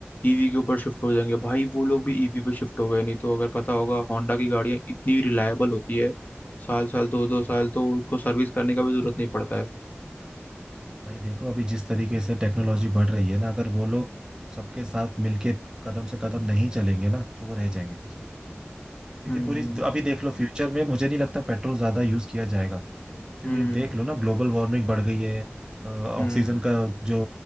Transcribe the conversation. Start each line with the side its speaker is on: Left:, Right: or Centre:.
Left: ईवी के ऊपर शिफ्ट हो जाएंगे भाई वो लोग भी ईवी पे शिफ्ट हो गए नहीं तो अगर पता होगा होंडा की गाड़ियाँ इतनी रिलायबल होती है साल साल दो दो
Right: हाँ।
Left: साल तो उनको सर्विस करने का भी जरूरत नहीं पड़ता है
Right: भाई देखो अभी जिस तरीके से टेक्नोलॉजी बढ़ रही है ना अगर वो लोग सबके साथ मिलके कदम से कदम नहीं चलेंगे ना तो वो रह जाएंगे पीछे क्योंकि
Left: हम्म
Right: पूरी अभी देख लो फ्यूचर में मुझे नहीं लगता पेट्रोल ज्यादा यूज किया जाएगा क्योंकि
Left: हम्म
Right: देख लो ना ग्लोबल वार्मिंग बढ़ गई है अ, ऑक्सीजन
Left: हम्म
Right: का जो